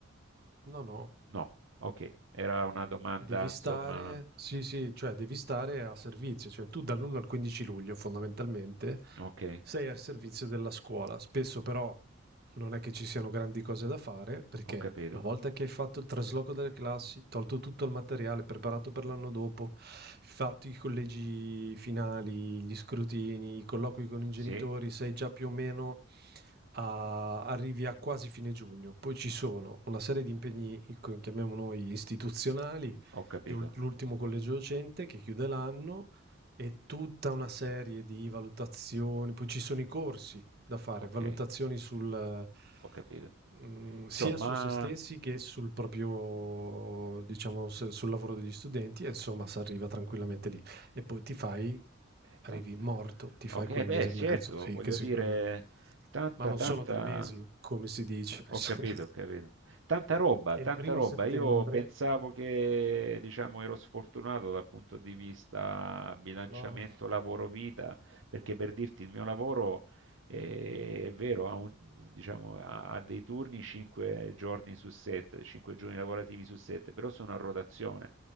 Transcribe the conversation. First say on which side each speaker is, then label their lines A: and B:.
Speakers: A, on the right; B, on the right.
A: No, no,
B: No, ok, era una domanda,
A: Devi
B: insomma,
A: stare sì, sì, cioè devi stare a servizio, cioè tu dall'1 al 15 luglio fondamentalmente
B: ok,
A: sei al servizio della scuola, spesso però non è che ci siano grandi cose da fare, perché
B: ho capito.
A: una volta che hai fatto il trasloco delle classi, tolto tutto il materiale preparato per l'anno dopo, fatto i collegi finali, gli scrutini, i colloqui con i genitori,
B: Sì,
A: sei già più o meno a- arrivi a quasi fine giugno. Poi ci sono una serie di impegni, ecco, chiamiamo noi, istituzionali,
B: ho capito,
A: gli ul- l'ultimo collegio docente che chiude l'anno e tutta una serie di valutazioni, poi ci sono i corsi da fare,
B: ok,
A: valutazioni sul,
B: ho capito.
A: mm,
B: Insomma,
A: sia su se stessi che sul proprio, diciamo, se- sul lavoro degli studenti, e insomma, si arriva tranquillamente lì. E poi ti fai,
B: Eh,
A: arrivi
B: tanta-
A: morto, ti fai
B: Ok,
A: quel
B: eh, beh,
A: mese
B: certo,
A: e mezzo, sì,
B: voglio
A: che sicuramente.
B: dire, tanta,
A: Ma non
B: tanta...
A: sono tre mesi, come si dice. <laughs>
B: Ho capito, ho capito. Tanta roba,
A: E
B: tanta
A: il primo
B: roba.
A: settembre,
B: Io pensavo che, diciamo, ero sfortunato dal punto di vita bilanciamento
A: no,
B: lavoro-vita, perché per dirti il mio lavoro, eh, è vero, ha, un- diciamo, ha- ha dei turni 5 giorni su 7, 5 giorni lavorativi su 7, però sono a rotazione.